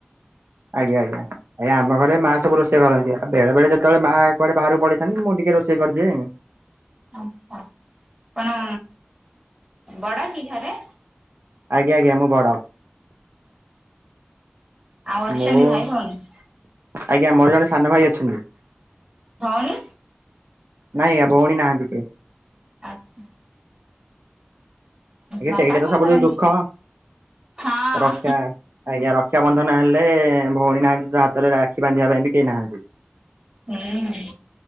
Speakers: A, on the right; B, on the right.
A: ଆଜ୍ଞା ଆଜ୍ଞା। ଆଜ୍ଞା ଆମ ଘରେ ମା ସବୁ ରୋଷେଇ କରନ୍ତି। ଆ ବେଳେବେଳେ ଯେତେବେଳେ ମାଆ କୁଆଡେ ବାହାରକୁ ପଡିଥାନ୍ତି ମୁଁ ଟିକେ ରୋଷେଇ କରିଦିଏ ଆଉ।
B: ଆଛା। ଆପଣ ବଡ଼ କି ଘରେ?
A: ଆଜ୍ଞା ଆଜ୍ଞା ମୁଁ ବଡ।
B: ଆଉ ଅଛନ୍ତି
A: ମୁଁ
B: ଭାଇ ଭଉଣୀ?
A: ଆଜ୍ଞା ମୋର ଜଣେ ସାନ ଭାଇ ଅଛନ୍ତି।
B: ଭଉଣୀ?
A: ନାଇଁ ଭଉଣୀ ନାହାନ୍ତି କିଏ।
B: ଆଚ୍ଛା।
A: ଆଜ୍ଞା
B: ବାପା
A: ସେଇଟା ତ
B: କଣ
A: ସବୁ
B: କରନ୍ତି?
A: ଦୁଃଖ।
B: ହଁ।
A: ରକ୍ଷା ଆଜ୍ଞା ରକ୍ଷାବନ୍ଧନ ହେଲେ ଭଉଣୀ ନାହାନ୍ତି ତ ହାତରେ ରାକ୍ଷୀ ବାନ୍ଧିବା ପାଇଁ ବି କେହି ନାହାନ୍ତି।
B: ଉଁ ହୁଁ